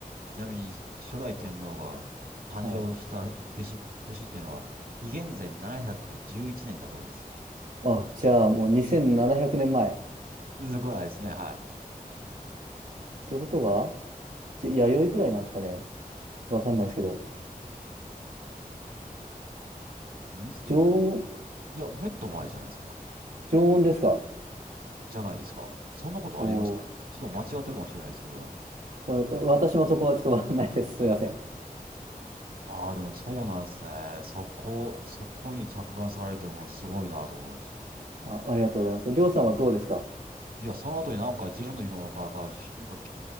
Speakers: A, on the right; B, on the right.
A: ちなみに、初代天皇が誕生した年、
B: はい。
A: 年っていうのは、紀元前711年だそうです。
B: あ、じゃあもう2700年前。っ
A: すごいですね、は
B: てことは、じ、弥生くらいなんですかね。わかんないですけど。
A: い。にえ、
B: 縄文、
A: いや、もっと前じゃないですか。
B: 縄文ですか
A: じゃないですか。そんなことありますかね。
B: おおー、
A: ちょっと間違ってるかもしれないですけど。
B: まあ私もそこはちょっとわかんないです。すいません。
A: ああ、でもそうなんですね。そこ、そこに着眼されてるものすごいなと思います。
B: あ、ありがとうございます。りょうさんはどうですか
A: いや、その後になんか自分の言うのもなんか、なんか、なんか、